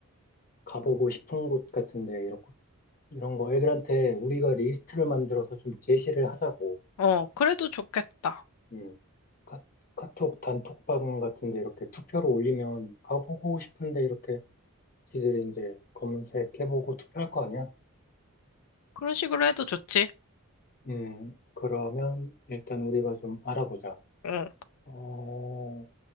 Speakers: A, on the left (about 40°); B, on the left (about 80°).
A: 가보고 싶은 곳 같은데, 이렇게 이런 거 애들한테 우리가 리스트를 만들어서 좀 제시를 하자고.
B: 어, 그래도 좋겠다.
A: 음. 카, 카톡 단톡방 같은데 이렇게 투표로 올리면 가보고 싶은데 이렇게 지들이 이제 검색해보고 투표할 거 아니야?
B: 그런 식으로 해도
A: 어,
B: 좋지.
A: 음, 그러면 일단 우리가 좀 알아보자.
B: 어.
A: 어,